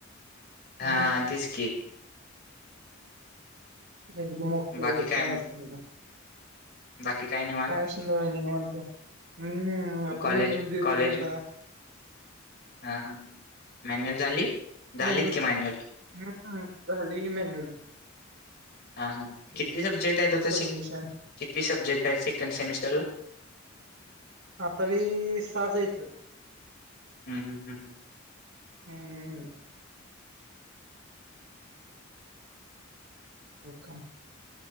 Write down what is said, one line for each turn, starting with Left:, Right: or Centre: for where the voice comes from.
Left: हां
Right: हम्म
Left: तेच की
Right: एकदम ओके
Left: बाकी
Right: व काय
Left: मग?
Right: आस <inaudible>
Left: बाकी काय निवांत
Right: का असं निवांत हम् आपण
Left: कॉलेज
Right: <inaudible>
Left: कॉलेज हा हा ह मॅन्युअल झाली. झालीत
Right: मेन्युल
Left: की मॅन्युअल
Right: हम हली ह मॅन्युल
Left: हा हा किती सब्जेक्ट आहेत आता
Right: सबमिशन.
Left: शिक किती सब्जेक्ट आहेत शिक क सेमिस्टरला
Right: हा तरी साज येतं
Left: हम्म हम्म हम् हम्
Right: हं, हो का